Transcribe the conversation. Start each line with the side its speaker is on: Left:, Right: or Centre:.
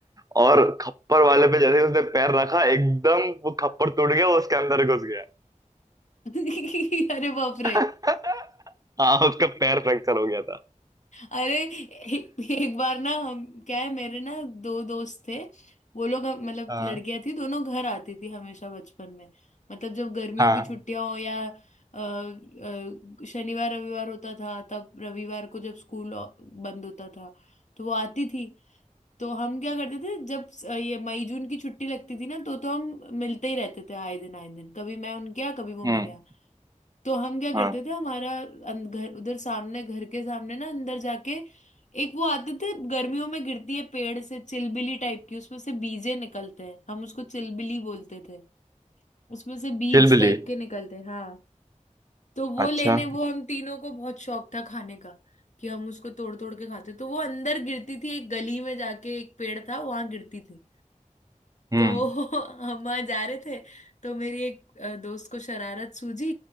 Right: और खप्पर वाले पे जैसे ही उसने पैर रखा एकदम वो खप्पर टूट गया वो उसके अंदर घुस गया
Left: <laughs> अरे बाप
Right: <laughs>
Left: रे
Right: हाँ उसका पैर फ्रैक्चर हो गया था
Left: अरे एक, एक बार ना हम क्या है मेरे ना दो दोस्त थे वो लोग हम- मतलब
Right: हाँ
Left: लड़कियां थी दोनों घर आती थी हमेशा बचपन में मतलब जब गर्मियों
Right: हाँ
Left: की छुट्टियां हो या अ, अ, शनिवार रविवार होता था तब रविवार को जब स्कूल बंद होता था तो वो आती थी तो हम क्या करते थे जब स- ये मई जून की छुट्टी लगती थी ना तो तो हम मिलते ही रहते थे आए दिन आए दिन कभी मैं उनके यहाँ कभी वो मेरे
Right: हम्म
Left: यहाँ तो हम क्या करते
Right: हाँ
Left: थे हमारा अं- घर उधर सामने घर के सामने ना अंदर जाके एक वो आते थे गर्मियों में गिरती है पेड़ से चिलबिली टाइप की उसमें से बीजे निकलते हैं हम उसको चिलबिली बोलते थे उसमें से बीज
Right: चिलबिली
Left: टाइप के निकलते हैं हाँ तो वो
Right: अच्छा
Left: लेने वो हम तीनों को बहुत शौक था खाने का कि हम उसको तोड़ तोड़ के खाते तो वो अंदर गिरती थी एक गली में जाके एक पेड़ था वहां गिरती थी
Right: हम्म
Left: तो <laughs> हम वहां जा रहे थे तो मेरी एक अ, दोस्त को शरारत सूझी